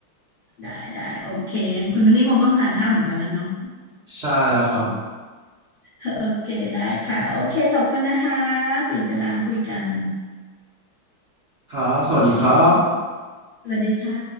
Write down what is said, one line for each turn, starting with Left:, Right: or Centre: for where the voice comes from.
Left: ได้ได้โอเคคุณโทนี่คงต้องทานข้าวเหมือนกันแล้วเนาะ
Right: ใช่แล้วครับ
Left: <laughs> โอเคได้ค่ะโอเคขอบคุณนะคะปีกเวลาคุยกัน
Right: ครับสวัสดีครับ
Left: สวัสดีค่ะ